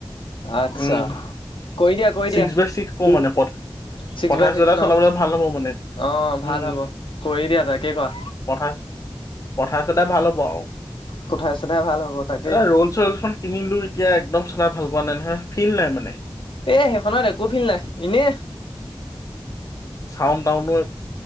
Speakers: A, on the left (about 70°); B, on the left (about 35°).
A: আচ্ছা
B: উম,
A: কৰি দিয়া কৰি দিয়া
B: ছিক্স বাই ছিক্স কৰোঁ মানে পথ
A: ছিক্স
B: পথাৰ
A: বাই ছিক্স
B: চথাৰ
A: ন
B: চলাবলৈ ভাল হব মানে
A: অ ভাল
B: উম,
A: হ'ব কৰি দিয়া তাকে কোৱা
B: পথাৰ পথাৰ চতাৰ ভাল হ'ব আৰু।
A: পঠাই চঠাই ভাল হ'ব তাকেই
B: এটা ৰল চয়েলচ খন কিনিলো এতিয়া একদম চলাই ভাল পোৱা নাই নহয় ফিল নাই মানে।
A: এ সেইখনত একো ফিল নাই এনে
B: চাউন টাউনো